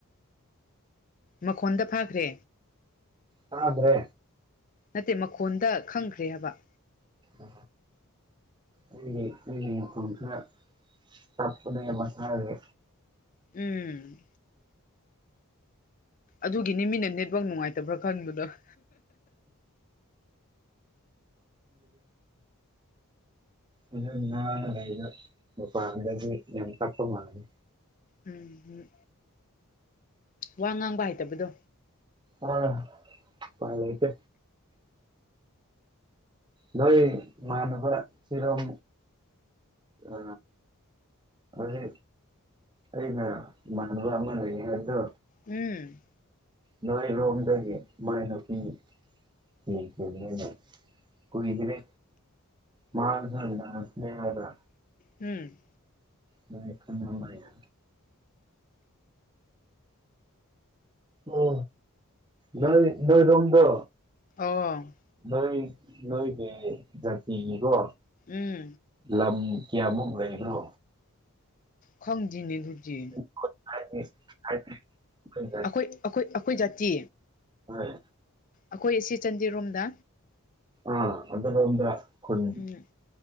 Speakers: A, on the left; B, on the right.
A: ꯃꯈꯣꯟꯗ ꯐꯥꯈ꯭ꯔꯦ
B: ꯇꯥꯗ꯭ꯔꯦ
A: ꯅꯠꯇꯦ ꯃꯈꯣꯟꯗ ꯈꯪꯈ꯭ꯔꯦ ꯍꯥꯕ
B: ꯑ ꯑꯩꯒꯤ ꯑꯩꯒꯤ ꯃꯈꯣꯟꯁꯦ ꯇꯄꯅꯦ ꯃꯁꯥꯒꯤ
A: ꯎꯝ ꯑꯗꯨꯒꯤꯅꯤ ꯃꯤꯅ ꯅꯦꯠꯋꯥꯛ ꯅꯨꯡꯉꯥꯏꯇꯕ꯭ꯔꯥ ꯈꯟꯕꯗ <unintelligible>
B: ꯎꯝ ꯑꯗꯨꯗꯨꯅ ꯒꯩꯗꯣ ꯃꯄꯥꯟꯗꯒꯤ ꯌꯥꯝ ꯇꯄ ꯃꯥꯅꯤ
A: ꯎꯝ ꯎꯝ ꯋꯥ ꯉꯥꯡꯕ ꯍꯥꯏꯇꯕꯗꯣ
B: ꯑ ꯄꯥꯢ ꯂꯩꯇꯦ ꯅꯣꯏ ꯃꯥꯟꯅ ꯈꯔ ꯁꯤꯔꯝ ꯑ ꯑꯗꯨ ꯑꯩꯅ ꯏꯃꯥꯟꯅꯕ ꯑꯃ ꯂꯩꯌꯦ ꯍꯥꯢꯕꯗꯣ
A: ꯎꯝ
B: ꯅꯣꯏ ꯔꯣꯝꯗꯒꯤ ꯃꯥꯏ ꯅꯨꯄꯤ <unintelligible> ꯀꯨꯢꯗ꯭ꯔꯤ ꯃꯥ ꯃꯁꯥ ꯅꯥꯁꯅꯦ ꯍꯥꯢꯕ
A: ꯎꯝ
B: ꯅꯪ ꯈꯪꯉꯝꯒꯅꯤꯗ ꯎ ꯅꯣꯏ ꯅꯣꯏꯔꯝꯗꯣ
A: ꯑꯣ
B: ꯅꯣꯏ ꯅꯣꯏꯒꯤ ꯖꯥꯇꯤꯒꯤꯀꯣ
A: ꯎꯝ
B: ꯂꯝ ꯀ꯭ꯌꯥꯃꯨꯛꯔꯩꯕ꯭ꯔꯣ
A: ꯈꯪꯗꯤꯅꯤ ꯗꯨꯗꯤ
B: ꯈꯨꯟ ꯍꯥꯏꯗꯤ ꯍꯥꯏꯗꯤ ꯑꯩꯈꯣꯏ
A: ꯑꯈꯣꯏ ꯑꯈꯣꯏ ꯑꯈꯣꯏ ꯖꯥꯇꯤ
B: ꯍꯣꯢ
A: ꯑꯈꯣꯏ ꯑꯁꯤ ꯆꯟꯗꯤꯔꯣꯝꯗ
B: ꯑ ꯑꯗꯨꯔꯣꯝꯗ ꯈꯨꯟ
A: ꯎꯝ